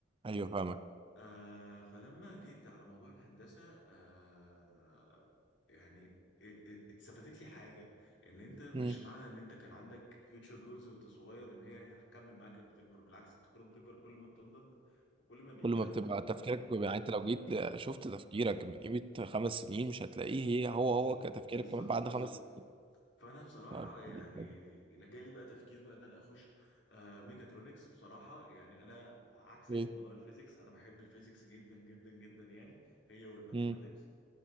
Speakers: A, on the right (about 30°); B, on the left (about 75°).
A: ايوه فاهمك
B: آه فلما جيت على موضوع الهندسة آه يعني ات- ات- اتثبتت لي حاجة ان انت مش
A: مم.
B: معنى ان انت كان عندك future goals وانت صغير ان هي هتكمل معاك لما تكبر بالعكس انت كل ما بتكبر كل ما بتنضج وكل ما بيجي
A: كل ما
B: لك
A: بتبقى
B: افكار جديدة
A: تفكيرك بيبقى- يعني انت لو جيت
B: ب-
A: شفت تفكيرك
B: مم.
A: من قيمة خمس سنين مش هتلاقيه هي
B: بز-
A: هو هو كتفكيرك
B: بالظبط
A: كمان بعد
B: بالظبط
A: خمس سنين
B: فانا بصراحة
A: فاهم؟
B: يعني جالي بقى تفكير بقى ان انا اخش آه ميكاترونكس بصراحة يعني انا عكسك
A: ايه
B: في موضوع الفيزيكس انا بحب الفيزيكس جدا جدا جدا يعني هي والماثماتكس
A: مم.